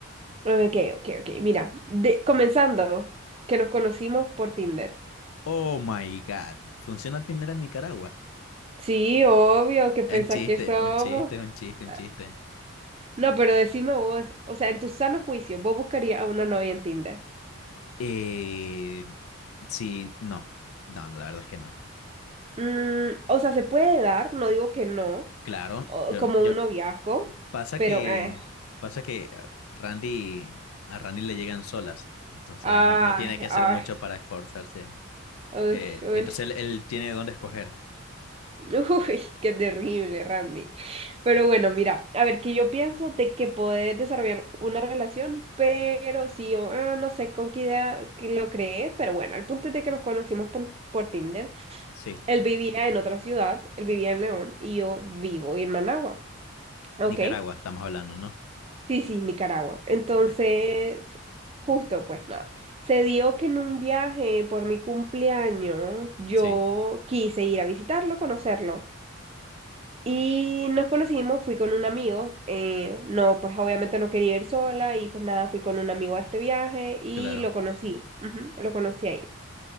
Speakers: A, on the right; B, on the left.
A: Ok, ok, ok. Mira, de- comenzando, que nos conocimos por Tinder.
B: Oh my God, ¿funciona Tinder en Nicaragua?
A: Sí, obvio, ¿qué pensás
B: Un chiste,
A: que somos?
B: un chiste, un chiste, un
A: Ah,
B: chiste.
A: No, pero decime vos, o sea, en tu sano juicio, ¿vos buscarías a una novia en Tinder?
B: Eh, sí, no, no, no, la verdad es que no.
A: Mm, o sea, se puede dar, no digo que no,
B: Claro,
A: o-
B: yo,
A: como
B: no- yo,
A: un noviazgo,
B: pasa
A: pero
B: que,
A: eh,
B: pasa que Randy, a Randy le llegan solas, entonces
A: ay,
B: no, no tiene que hacer
A: ay,
B: mucho para esforzarse.
A: uy,
B: Eh, entonces él, él tiene dónde escoger.
A: Uy, <laughs> qué terrible, Randy. Pero bueno, mira, a ver, que yo pienso de que podés desarrollar una relación, pero sí, o, ah, no sé con qué idea que lo creé, pero bueno, el punto es de que nos conocimos pon- por, Tinder.
B: Sí,
A: Él vivía en otra ciudad, él vivía en León y yo vivo en Managua, ¿ok?
B: Nicaragua, estamos hablando, ¿no?
A: Sí, sí, Nicaragua. Entonces,
B: Ok.
A: justo, pues nada, se dio que en un viaje por mi cumpleaños yo
B: Sí,
A: quise ir a visitarlo, conocerlo. Y nos conocimos, fui con un amigo, eh, no, pues obviamente no quería ir sola y pues nada, fui con un amigo a este viaje y
B: claro.
A: lo conocí, ujú, lo conocí ahí.